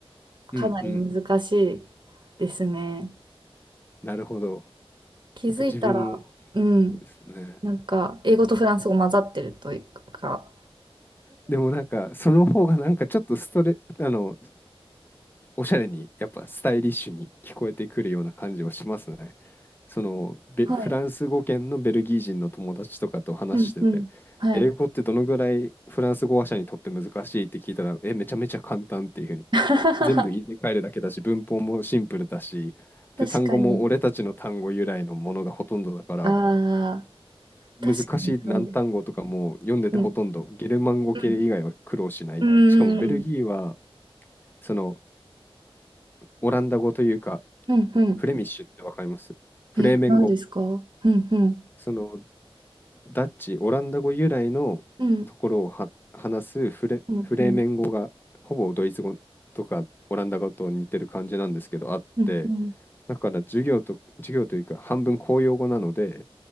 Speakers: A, on the right; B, on the left.
A: かなり難しい
B: うんうん。
A: ですね。
B: なるほど。
A: 気づいたら、
B: なんか自分も、
A: うん。
B: そうですね。
A: なんか、英語とフランス語混ざってるというか、
B: でもなんか、その方がなんかちょっとストレ、あの、おしゃれに、やっぱスタイリッシュに聞こえてくるような感じはしますね。その、ベフランス語圏のベルギー人の友達とかと話してて、
A: はい。うんうん。はい。
B: 英語ってどのぐらいフランス語話者にとって難しいって聞いたら、え、めちゃめちゃ簡単っていうふうに。
A: <laughs>
B: 全部入れ替えるだけだし、文法もシンプルだし、
A: 確かに。
B: で、単語も俺たちの単語由来のものがほとんどだから、
A: ああ、
B: 難しい難単語とかも読んでてほとんどゲルマン語系以外は苦労しない。
A: 確かにそうです。うん。うん。うー
B: しかもベルギーは
A: ん。
B: そのオランダ語というか
A: うんうん。
B: フレミッシュってわかりますフレーメン語。
A: え、何ですかうんうん。
B: そのダッチ、オランダ語由来のところをは話すフレ、
A: うん。うんうん。
B: フレーメン語がほぼドイツ語とかオランダ語と似てる感じなんですけどあって
A: うんうん。
B: だから授業と授業というか半分公用語なので